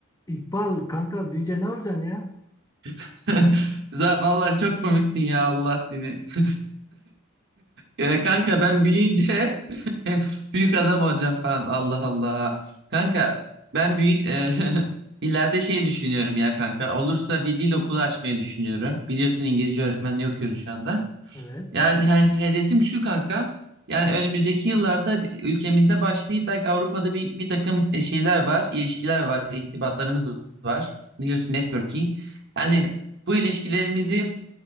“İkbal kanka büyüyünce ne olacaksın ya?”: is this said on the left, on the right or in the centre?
Left